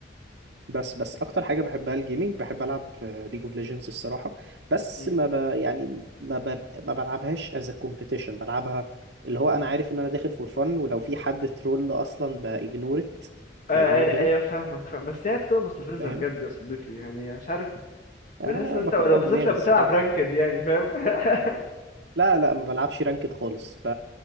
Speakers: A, on the right; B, on the left.
A: بس بس اكتر حاجه بحبها الجيمنج بحب العب ليج اوف ليجندز الصراحه بس
B: مم.
A: ما ب... يعني ما ب... ما بلعبهاش از كومبيتيشن بلعبها اللي هو انا عارف ان انا داخل فور فن ولو في حد ترول اصلا باجنورت
B: آه،
A: باجنور
B: ايوه
A: هيم
B: أيوة، فاهمك فاهم بس هي بتبقى مستفزه
A: فاهم
B: بجد يا صديقي يعني مش عارف
A: آه
B: بتحس ان
A: بكبر
B: انت لو
A: دماغي
B: بالذات لو
A: الصراحه
B: بتلعب رانكد يعني فاهم <laughs>
A: لا لا ما بلعبش رانكد خالص ب...